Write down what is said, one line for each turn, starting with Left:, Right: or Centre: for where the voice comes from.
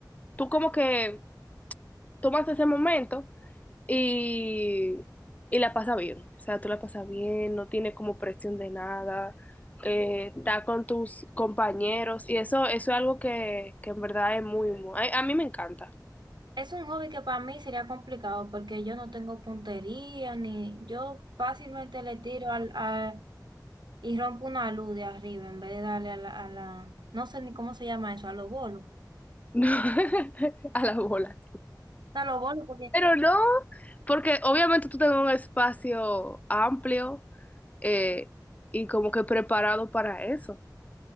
Left: tú como que tomas ese momento y, y la pasas bien, o sea, tú la pasas bien, no tienes como presión de nada, eh, está con tus compañeros y eso, eso es algo que, que en verdad es muy, muy, a, a mí me encanta,
Right: Es un hobby que para mí sería complicado porque yo no tengo puntería, ni yo fácilmente le tiro al, al- y rompo una luz de arriba en vez de darle a la, a la, no sé ni cómo se llama eso, a los bolos.
Left: <laughs> a la bola.
Right: A los bolos, porque
Left: Pero no, porque obviamente tú tengas un espacio amplio eh, y como que preparado para eso.